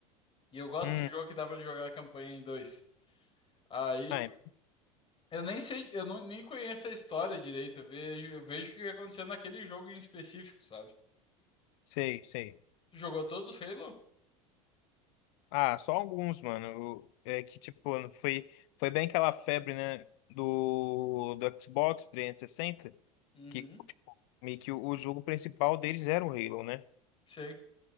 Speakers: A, on the left; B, on the left.
A: E eu gosto
B: Hum,
A: de jogo que dá pra jogar a campanha em dois. Aí
B: ah, é,
A: Eu nem sei, eu não, nem conheço a história direito. Eu vejo, eu vejo o que aconteceu naquele jogo em específico, sabe?
B: sei, sei.
A: Tu jogou todos os Halo?
B: Ah, só alguns, mano. Eu- é que, tipo, foi, foi bem aquela febre, né, do, do Xbox 360,
A: Uhum,
B: que, tipo, meio que o, o jogo principal deles era o Halo, né?
A: sei.